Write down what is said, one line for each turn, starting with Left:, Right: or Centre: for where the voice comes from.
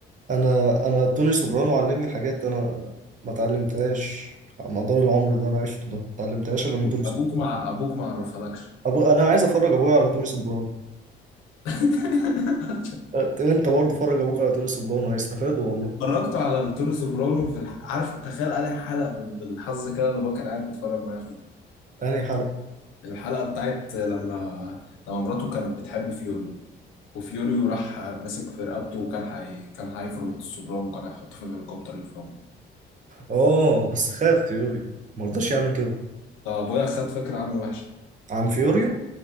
Right: انا انا توني سوبرانو علمني حاجات انا ما اتعلمتهاش على مدار العمر اللي انا عشته ده ما اتعلمتهاش الا من توني سوبرانو
Left: ابوك مع ابوك ما عرفلكش
Right: أبو... انا عايز افرج ابويا على توني سوبرانو
Left: <laughs>
Right: أت- انت برضه فرج ابوك على توني سوبرانو هيستفادوا والله
Left: اتفرجت على التونو سوبرانو في الح... عارف تخيل قال حلقه بال- بالحظ كده اللي هو كان قاعد بيتفرج معايا فيه
Right: انهي حلقه
Left: الحلقه بتاعت لما لما مراته كانت بتحب فيوري وفيوريو راح مسك في رقبته وكان حي... كان هيفرم السوبرانو وكان هيحطه في الهليكوبتر يفرمه
Right: اه بس خاف فيوريو ما رضاش يعمل كده
Left: فابويا خد فكره عنه وحشه
Right: عن فيوريو